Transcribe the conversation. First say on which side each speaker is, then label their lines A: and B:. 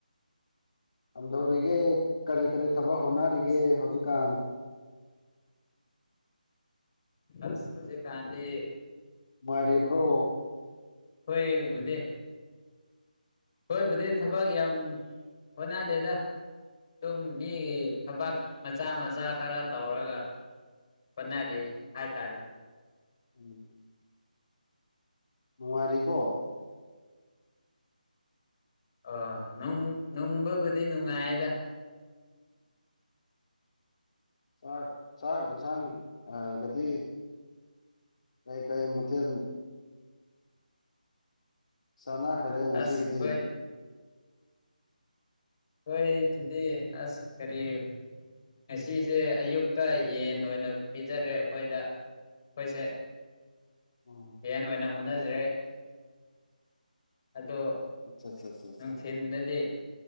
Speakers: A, on the left (about 50°); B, on the left (about 30°).
A: ꯀꯝꯗꯧꯔꯤꯒꯦ ꯀꯔꯤ ꯀꯔꯤ ꯊꯕꯛ ꯍꯣꯠꯅꯔꯤꯒꯦ
B: ꯑꯁ
A: ꯍꯧꯖꯤꯛꯀꯥꯟ?
B: ꯑꯁ ꯍꯨꯖꯤꯛ ꯀꯥꯥꯟꯗꯤ
A: ꯅꯨꯉꯥꯏꯔꯤꯕ꯭ꯔꯣ?
B: ꯈꯣꯏ ꯕꯨꯗꯤ ꯈꯣꯏꯕꯨꯗꯤ ꯊꯕꯛ ꯌꯥꯝ ꯍꯣꯠꯅꯗꯦꯗ ꯑꯗꯨꯝ ꯃꯤꯒꯤ ꯊꯕꯛ ꯃꯆꯥ ꯃꯆꯥ ꯈꯔ ꯇꯧꯔꯒ ꯍꯣꯠꯅꯔꯤ ꯍꯥꯏꯇꯥꯔꯦ꯫
A: ꯎꯝ ꯅꯨꯉꯥꯏꯔꯤꯀꯣ
B: ꯑ ꯅꯨꯡ ꯅꯨꯡꯕꯕꯨꯗꯤ ꯅꯨꯡꯉꯥꯏꯗ꯫
A: ꯆꯥꯛ ꯆꯥꯛ ꯌꯦꯟꯁꯥꯡ ꯑꯒꯗꯤ ꯀꯩꯀꯩ ꯃꯊꯦꯜ ꯆꯥꯅꯈ꯭ꯔꯒꯦ ꯉꯁꯤꯒꯤꯗꯤ?
B: ꯑꯁ ꯈꯣꯏ ꯈꯣꯢꯗꯤ ꯑꯁ ꯀꯔꯤ ꯉꯁꯤꯁꯦ ꯑꯌꯨꯛꯇ ꯌꯦꯟ ꯑꯣꯏꯅ ꯄꯤꯖꯔꯦ ꯑꯈꯣꯏꯗ ꯑꯈꯣꯏꯁꯦ
A: ꯑꯣ
B: ꯑꯣꯏꯅ ꯍꯣꯠꯅꯖꯔꯦ ꯑꯗꯣ
A: ꯑꯠꯆꯥ ꯑꯠꯆꯥ ꯑꯠꯆꯥ ꯑꯠꯆꯥ
B: ꯅꯨꯡꯊꯤꯟꯗꯗꯤ